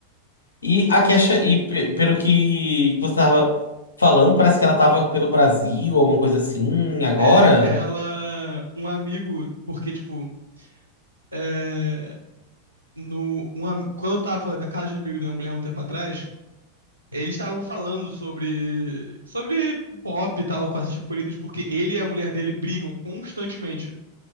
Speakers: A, on the left; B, on the left.
A: e a Kesha, e pe- pelo que que você tava falando, parece que ela tava pelo Brasil, alguma coisa assim, agora.
B: É ela, um amigo, porque, tipo, é, no, um am- quando eu tava na casa de um amigo da minha mulher um tempo atrás, eles estavam falando sobre, sobre pop e tal, com esses preferidos, porque ele e a mulher dele brigam constantemente.